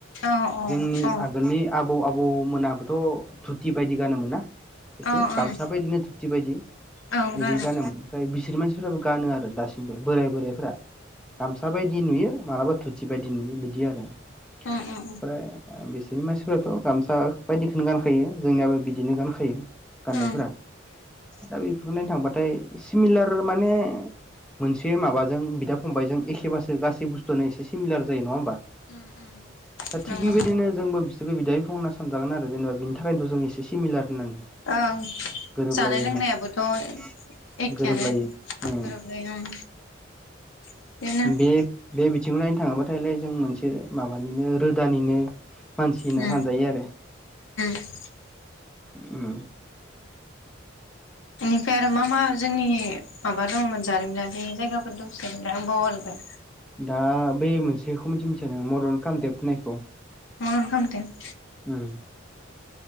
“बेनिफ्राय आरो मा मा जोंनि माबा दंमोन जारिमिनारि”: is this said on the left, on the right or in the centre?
Left